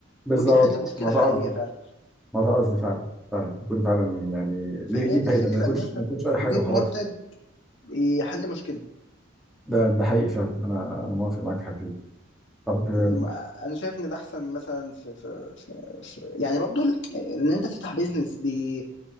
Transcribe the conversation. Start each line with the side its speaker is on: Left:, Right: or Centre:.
Centre: بالظبط
Left: وبيحل مشكله
Centre: ما ده
Left: حقيقيه
Centre: قصدي
Left: فعلا
Centre: ما ده قصدي فعلا فعلا يكون فعلا يعني
Left: فهي
Centre: ليه ليه
Left: دي
Centre: فايده
Left: الفكره
Centre: ما يكونش
Left: ان انت
Centre: ما يكونش
Left: تجيب
Centre: اي حاجه وخلاص
Left: منتج يحل مشكله
Centre: ده ده حقيقي فعلا انا انا موافق معاك في الحته دي طب آم،
Left: أمم، انا شايف ان ده احسن مثلا في في في, في يعني برضو ال- ان انت تفتح بيزنس بي